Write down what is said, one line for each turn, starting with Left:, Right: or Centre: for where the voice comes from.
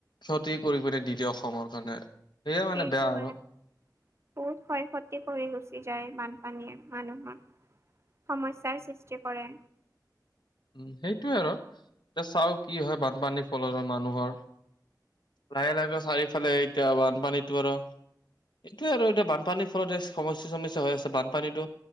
Left: ক্ষতি কৰি পিনে দি দিয়ে অসমৰ কাৰণে। সেয়ে মানে
Right: এইটো
Left: বেয়া আৰু
Right: হয়। বহুত ক্ষয় ক্ষতি কৰি গুচি যায় বানপানীয়ে মানুহৰ। সমস্যাৰ সৃষ্টি কৰে।
Left: উম, সেইটোয়ে আৰু এতিয়া চাওঁ কি হয় বানপানীৰ ফলৰত মানুহৰ। লাহে, লাহে, চাৰিওফালে এতিয়া বানপানীতো আৰু এইটোয়ে আৰু এতিয়া বানপানীৰ ফলত সমস্যা চমস্যা হৈ আছে, বানপানীতো।